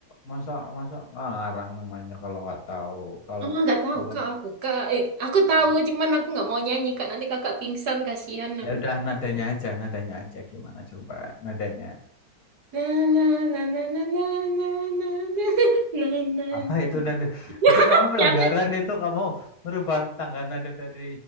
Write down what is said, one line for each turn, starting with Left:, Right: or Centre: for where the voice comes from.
Left: masa masa ah, ngarang namanya kalau nggak tahu. Kalau
Right: Oh, nggak tahu
Left: kalau
Right: kak aku kak. Eh, aku tahu,
Left: ah,
Right: cuman aku nggak mau nyanyi kak. Nanti kakak pingsan, kasihan aku.
Left: Ya udah nadanya aja, nadanya aja gimana coba nadanya.
Right: Na na na na na na na na na <laughs> na na
Left: Apa
Right: na.
Left: itu nada? Itu kamu pelanggaran
Right: Jangan
Left: itu kamu merubah tangga nada dari